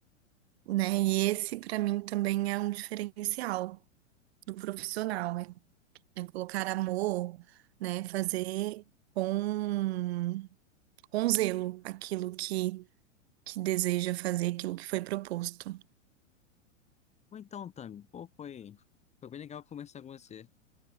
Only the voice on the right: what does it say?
né? E esse, para mim, também é um diferencial do profissional, né? É colocar amor, né? Fazer com com zelo aquilo que, que deseja fazer, aquilo que foi proposto.